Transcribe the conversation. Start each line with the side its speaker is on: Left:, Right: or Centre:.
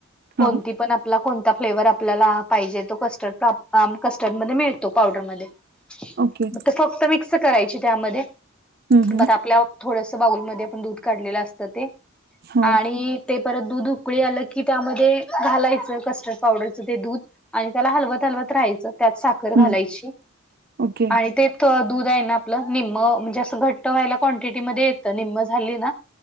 Centre: कोणती
Right: हा
Centre: पण आपला कोणता फ्लेवर आपल्याला पाहिजे तो कस्टर्ड कस्टर्ड मध्ये मिळतो पावडरमध्ये
Right: ओके.
Centre: मग ते फक्त मिक्स करायची त्यामध्ये
Right: हम्म
Centre: म
Right: हम्म
Centre: आपल्या थोडस बाऊलमध्ये-ध्ये आपण दूध काढलेलं असत ते
Right: हो
Centre: आणि ते परत दूध उकळी आलं की त्यामध्ये घालायचं कस्टर्ड पावडरचं ते दूध आणि त्याला हलवत हलवत राहायचं त्यात साखर घालायची.
Right: हम्म ओके
Centre: आणि ते दूध आहे ना आपलं निम्म म्हणजे असं घट व्हायला क्वांटिटी मध्ये येतं निम्म झाली ना